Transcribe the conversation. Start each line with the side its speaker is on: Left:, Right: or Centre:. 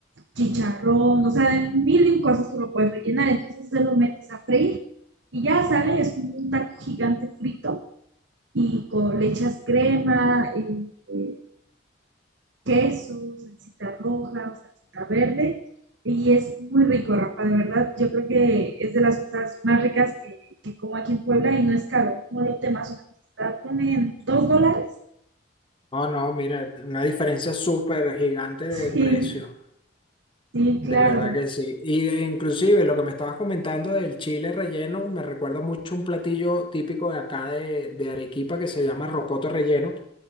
Right: chicharrón, o sea, de mil y un cosas tú lo puedes rellenar. Entonces se lo metes a freír y ya sale, es como un taco gigante frito y con, le echas crema, eh, queso, salsita roja o salsita verde. Y es muy rico, Rafa, de verdad. Yo creo que es de las cosas más ricas que, que como aquí en Puebla y no es caro. Como lo te más o menos está, ponen dos dólares.
Left: No, no, mira, una diferencia súper gigante de
Right: Sí,
Left: precio.
Right: sí,
Left: De
Right: claro.
Left: verdad que sí. Y e, inclusive lo que me estabas comentando del chile relleno me recuerda mucho un platillo típico de acá de, de Arequipa que se llama rocoto relleno.